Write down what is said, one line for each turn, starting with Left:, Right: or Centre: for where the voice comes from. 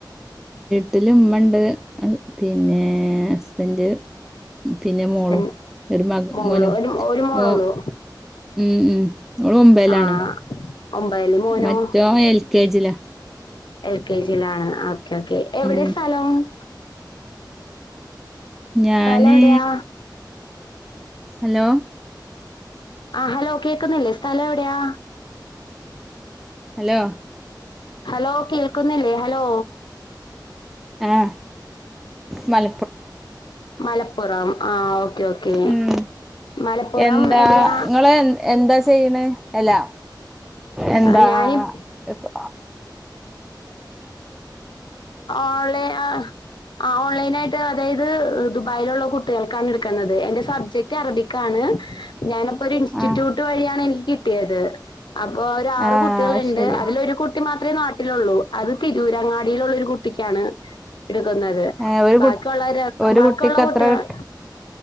Centre: ട്ടില് ഉമ്മണ്ട് അഅ് പിന്നേ അസ്ബൻഡ് പിന്നെ
Left: ഹസ്ബൻഡ്
Centre: മോളും ഒരു മക
Left: മോള്
Centre: മോനും
Left: ഒരു ഒരു മോളൊള്ളൂ
Centre: ഒ ഉം ഉം ഓള് ഒമ്പയിലാണ്
Left: ആഹ് ഒമ്പതില് മോനോ
Centre: മറ്റോ എൽ കെ ജി ലാ
Left: എൽ കെ ജിയിലാണ് ഓക്കെ കെ എവിടെ
Centre: ഉം
Left: സ്ഥലം <inaudible>
Centre: ഞാന്
Left: സ്ഥലം എവിടെയാ
Centre: ഹലോ
Left: ആഹ് കേക്കുന്നില്ലേ സ്ഥലം എവിടെയാ
Centre: ഹലോ
Left: ഹലോ കേൾക്കുന്നില്ലേ ഹലോ
Centre: ആഹ മല
Left: മലപ്പുറം ആ ഓക്കെ, ഓക്കേ
Centre: ഉം
Left: മലപ്പുറം
Centre: എന്താ
Left: എവിടെയാ
Centre: ഇങ്ങള് <unintelligible> അല്ല എന്താ
Left: ആ ഞാന്
Centre: യാട്ട്
Left: ഓൺലൈ ആ ഓൺലൈനായിട്ട് അതായത് ദുബായിലുള്ള കുട്ടികൾക്കാണ് എടുക്കുന്നത് എന്റെ സബ്ജക്ട് അറബിക്കാണ് ഞാനപ്പൊ ഒരു ഇസ്റ്റിറ്റ്യൂട്ട്
Centre: ആഹ്
Left: വഴിയാണ് എനിക്ക് കിട്ടിയത്. അപ്പൊ ഒര് ആറ്
Centre: ആഹ്
Left: കുട്ടികൾണ്ട്
Centre: ശരി
Left: അതിലൊരു കുട്ടി മാത്രം. ത്രേ നാട്ടിലുള്ളൂ അത് തിരൂരങ്ങ ഇടയിലുള്ളരു കുട്ടിക്കാണ് എടുക്കുന്നത്
Centre: ഏ ഒരു
Left: ബാക്കിയുള്ളവര്
Centre: കു ഒരു
Left: ബാക്കിയുള്ള
Centre: കുട്ടിക്ക് എത്ര
Left: കുട്ടികൾ
Centre: കിട്ടും